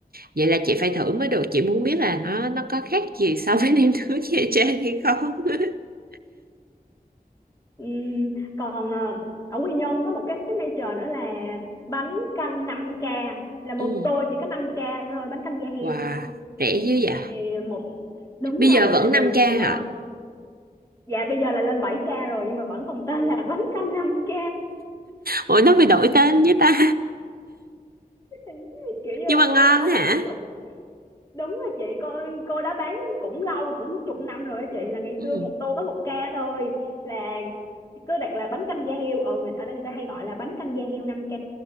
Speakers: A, on the right; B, on the left.
A: vậy là chị phải thử mới được chị muốn biết là nó nó có khác gì so với <laughs> nem nướng Nha Trang hay không <laughs>
B: Ừm, còn ờ, ở Quy Nhơn có một cái signature nữa là bánh canh năm k là một
A: ừ.
B: tô chỉ có năm k thôi bánh canh da heo
A: Wow rẻ dữ vậy
B: thì một đúng
A: bây giờ
B: rồi
A: vẫn
B: tại
A: năm
B: vì
A: k hả
B: ờ, dạ bây giờ là lên bảy k rồi nhưng mà vẫn còn tên là bánh canh năm k
A: Ủa nó phải đổi tên với ta
B: <laughs>
A: <laughs>
B: kiểu như
A: Nhưng
B: là
A: mà ngon
B: cô đó bán
A: hả
B: chục đúng rồi chị cô cô đó bán cũng lâu cũng chục năm rồi á chị là ngày
A: Ừ
B: xưa một tô có một k thôi là cứ đặt là bánh canh da heo ờ người ở đây người ta hay gọi là bánh canh da heo năm k